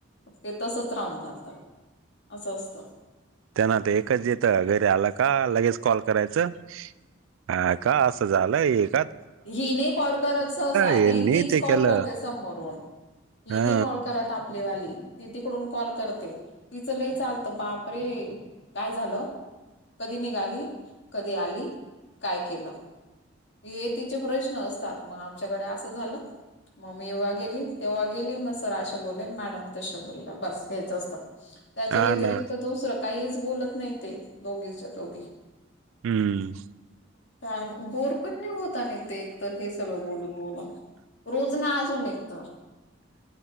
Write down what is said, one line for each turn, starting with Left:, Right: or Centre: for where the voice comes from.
Left: ते तसच राहून जात, असं असत.
Right: त्यांना तर एकच येत घरी आलं का लगेच कॉल करायचं. हा का? असं झालं एक
Left: हि नाही कॉल करत सहसा,
Right: यांनी
Left: ती तीच
Right: ते
Left: कॉल
Right: केलं
Left: करते समोरून. तेनी
Right: हा
Left: कॉल करत तापलेवाली ती तिकडून कॉल करते, तिचं लई चालत बाप रे काय झालं? कधी निघाली? कधी आली? काय केलं? हे तिचे प्रश्न असतात, मग आमच्याकडे असं झालं. मग मी एव्हा गेली, तेव्हा गेली मग सर अशा बोलेन मॅडम तश बोलला बस हेच असतं.
Right: <inaudible>
Left: त्याच्या व्यतिरिक्त
Right: ना
Left: दुसरं काहीच बोलत नाही ते दोघेच्या दोघे
Right: हम्म
Left: काय बोर पण नाही होता नाही ते एक तर हे सगळं बोलून बोलून रोज ना अजून निघत